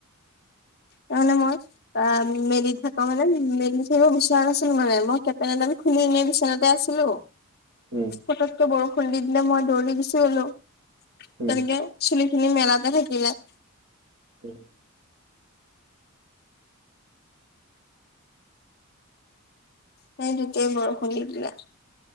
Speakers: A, on the left (about 45°); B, on the right (about 70°).
A: <unintelligible> অ', মেলি থাকা মানে মেলি থাকিব বিচৰা নাছিলো মানে মই কেপেনেটাম খুলি পিনে বিচনাতে আছিলো
B: হম,
A: পটাতকৈ বৰষুণ দি দিলে মই দৌৰি গুচি গলো
B: উম
A: তেনেকে চুলি খিনি মেলাতে থাকিলে
B: উম,
A: সেই তেতিয়াই বৰষুণ দি দিলে